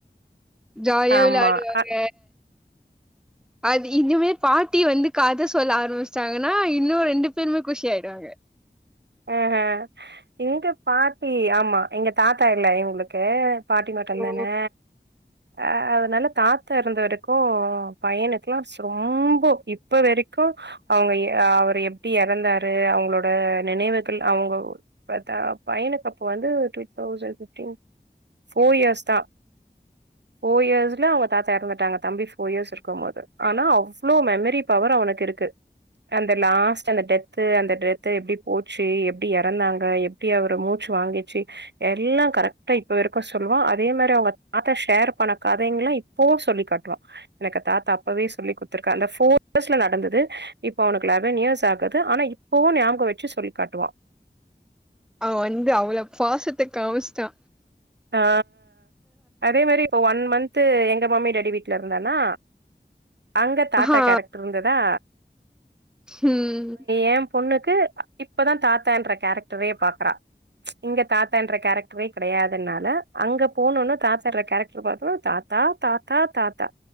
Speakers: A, in the centre; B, on the right.
A: ஜாலியா
B: ஆமா
A: விளையாடுவாங்க
B: அ
A: அது இனிமே பாட்டி வந்து கத சொல்ல ஆரம்பிச்சிட்டாங்கன்னா இன்னும் ரெண்டு பேருமே குஷி ஆய்டுவாங்க
B: அ ஆ இங்க பாத் இ ஆமா எங்க தாத்தா இல்ல எங்களுக்கு பாட்டி மட்டும்தானே
A: ஓ!
B: அ அதனால தாத்தா இருந்தவரைக்கும் பையனுக்கெல்லா ரொம்ப இப்ப வரைக்கும் அவங்க அவரு எப்படி இறந்தாரு அவங்களோட நினைவுகள் அவங்க <unintelligible> பையனுக்கு அப்ப வந்து two thousand fifteen four years தான் போர் இயர்ஸ்ல அவங்க தாத்தா இறந்துட்டாங்க தம்பி போர்இயர்ஸ் இருக்கும்போது ஆனா அவ்ளோ மெமரி பவர் அவனுக்கு இருக்கு அந்த லாஸ்ட் அந்த டெத் அந்த டெத்தை எப்படி போச்சு எப்படி இறந்தாங்க எப்படி அவரு மூச்சு வாங்கிச்சு எல்லாம் கரெக்டா இப்ப வரைக்கும் சொல்லுவான் அதே மாரி அவங்க தாத்தா ஷேர் பண்ண கதைங்கல்லாம் இப்போ சொல்லி காட்டுவான் எனக்கு தாத்தா அப்பவே சொல்லிக் கொடுத்திருக்காங்க அந்த போர் இர்ஸ்ல நடந்தது இப்போ அவனுக்கு லெவன் இயர்ஸ் ஆகுது ஆனா இப்போவும் ஞாபக வச்சு சொல்லி காட்டுவா
A: அவ வந்து அவள பாசத்தை காமிசிட்டா
B: ஆ அதே மாரி இப்ப ஒன் மந்த் பத்து எங்க மம்மி டாடி வீட்டு்ல இருந்தானா அங்க தாத்தா
A: ஆஹா
B: கேரக்டர் இருந்ததா
A: ம்.
B: எ பொண்ணுக்கு இப்பதா தாத்தா என்ற கேரக்டரே பார்க்கிறா இங்க தாத்தா என்ற கேரக்டரே கிடையாது அதனால அங்க போனுன்னு தாத்தா கேரக்டர் பாத்தும் தாத்தா தாத்தா தாத்தா